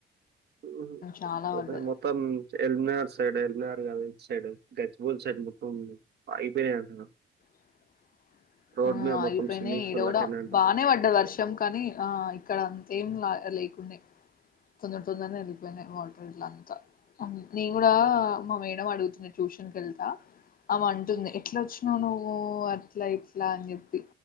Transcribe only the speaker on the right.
ఉహు
అదే
మొత్తం ఎల్బినగర్ సైడ్ ఎల్బినగర్ కాదిట్ సైడ్ గజ్వేల్ సైడ్ మొత్తం ఉంది ఆగిపోయాయి అట కదా
రోడ్
మీద
మొత్తం స్విమ్మింగ్
పూల్
లెక్కనే అంట